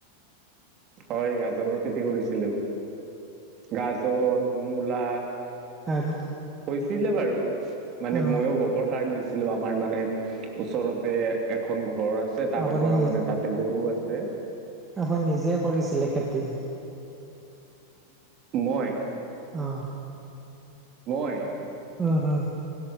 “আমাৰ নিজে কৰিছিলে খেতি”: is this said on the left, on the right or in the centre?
Right